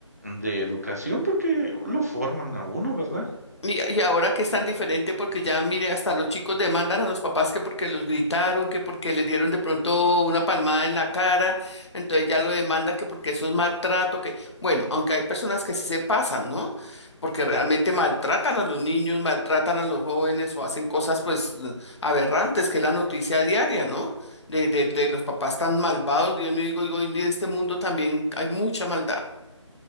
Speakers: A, on the right; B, on the left.
A: de educación porque lo forman a uno, ¿verdad?
B: Y, y ahora que es tan diferente porque ya, mire, hasta los chicos demandan a los papás que porque los gritaron, que porque les dieron de pronto una palmada en la cara, entonces ya lo demanda que porque eso es maltrato, que bueno, aunque hay personas que sí se pasan, ¿no? Porque realmente maltratan a los niños, maltratan a los jóvenes o hacen cosas pues aberrantes, que es la noticia diaria, ¿no? De, de, de los papás tan malvados, Dios mío, digo, digo, hoy en día en este mundo también hay mucha maldad.